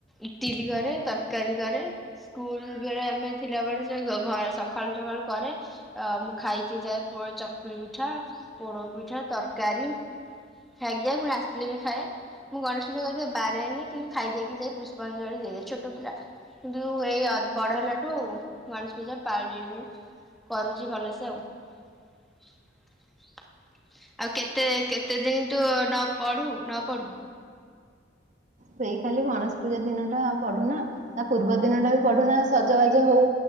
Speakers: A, in the centre; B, on the right (about 40°).
A: ଇଟିଲି କରେ ତରକାରୀ କରେ ସ୍କୁଲ ବେଳେ ଆମେ ଥିଲାବେଳେ ସେ ଘ ଘରେ ସକାଳୁ ସକାଳୁ କରେ ମୁଁ ଖାଇକି ଯାଏ ବ ଏ ଚକୁଳି ପିଠା ପୋଡ଼ ପିଠା ତରକାରୀ ଆଜ୍ଞା ପୁଣି ଆସିଲେ ବି ଖାଏ ମୁଁ ଗଣେଶ ପୂଜା କରି ପାରେନି କିନ୍ତୁ ଖାଇ ଦେଇକି ଯାଇ ପୁଷ୍ପାଞ୍ଜଳୀ ଦେଇଦିଏ ଛୋଟ ପିଲା କିନ୍ତୁ ଏଇ ଅ ବଡ ହେଲାଠୁ ଗଣେଶ ପୂଜା ପାରିଲିଣି କରୁଛି ଭଲସେ ଆଉ ଆଉ କେତେ କେ କେତେ ଦିନ ତୁ ନ ପଢୁ ନ ପଢୁ
B: ସେଇ ଖାଲି ଗଣେଶ ପୂଜା ଦିନ ଟା ଆଉ ପଢୁନା ତା ପୂର୍ବ ଦିନ ଟା ବି ପଢୁନା ସଜବାଜ ହଉ